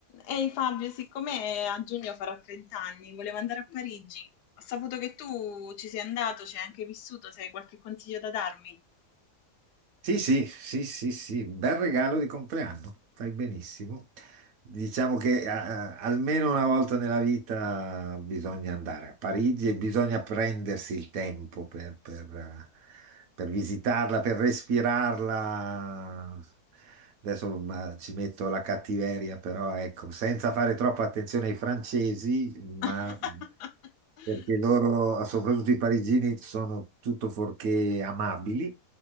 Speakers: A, on the left; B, on the right.
A: Ehi Fabio, siccome a giugno farò 30 anni, volevo andare a Parigi. Ho saputo che tu ci sei andato, ci hai anche vissuto, se hai qualche consiglio da darmi.
B: Sì, sì, sì, sì, sì, bel regalo di compleanno, fai benissimo. Diciamo che eh, eh, almeno una volta nella vita bisogna andare a Parigi e bisogna prendersi il tempo per, per, eh, per visitarla, per respirarla. Adesso ma, ci metto la cattiveria, però ecco, senza fare troppa attenzione ai francesi, ma
A: <laughs>
B: perché loro, soprattutto i parigini, sono tutto fuorché amabili